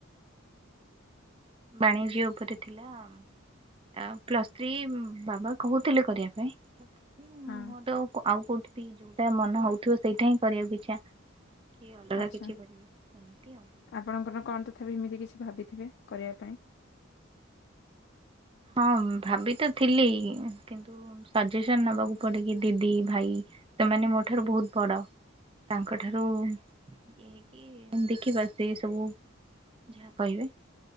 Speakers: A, on the right (about 25°); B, on the left (about 55°).
A: ବାଣିଜ୍ୟ ଉପରେ ଥିଲା। ଆ ପ୍ଲସ୍ ଥ୍ରୀ ବାବା କହୁଥିଲେ କରିବା ପାଇଁ।
B: ହଁ।
A: ତ କ ଆଉ କୋଉଠି ଯୋଉଟା ମନ ହଉଥିବ ସେଇଟା ହିଁ କରିବାକୁ ଇଚ୍ଛା। କିଏ ଅଲଗା
B: ଆଚ୍ଛା
A: କିଛି କରିବି ଏମିତି ଆଉ।
B: ଆପଣଙ୍କର କଣ ତଥାପି ଏମିତି କିଛି ଭାବିଥିବେ କରିବା ପାଇଁ।
A: ହଁ ଭାବି ତ ଥିଲି କିନ୍ତୁ ସଜେସନ ନେବାକୁ ପଡେ କି ଦିଦି ଭାଇ ସେମାନେ ମୋ ଠାରୁ ବହୁତ ବଡ। ତାଙ୍କଠାରୁ ଇଏ ହେଇକିି ଦେଖିିବା ସେ ସବୁ ଯାହା କହିବେ